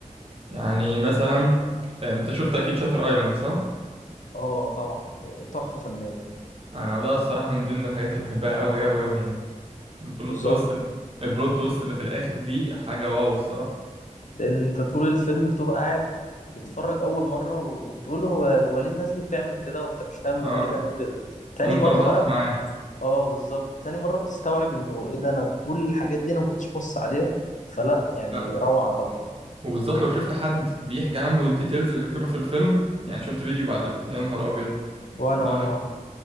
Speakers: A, on the right; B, on the left.
A: يعني مثلا انت شفت اكيد شاتر ايلاند صح
B: اه طبعا تحفه فنيه
A: انا ده الصراحه من ضمن الحاجات اللي بحبها قوي قوي قوي يعني البلوت
B: بالظبط
A: تويست البلوت تويست اللي في الاخر دي حاجه واو الصراحه
B: لان انت طول الفيلم بتبقى قاعد بتتفرج اول مره و- وبتقول هو هو ليه الناس دي بتعمل كده وانت مش فاهم
A: اه
B: هما ليه بيعملوا كده تاني
A: وانت
B: مره
A: متعاطف
B: بقى ب-
A: معاه
B: اه بالظبط تاني مره بتستوعب انه ايه ده انا كل الحاجات دي انا ما كنتش بص عليها فلا يعني
A: لا
B: روعه طبعا
A: وبالذات لو شفت حد بيحكي عنه والديتيلز اللي كانوا في الفيلم يعني شفت فيديو بعد ال- يا نهار ابيض
B: وانا
A: لا
B: وانا وانا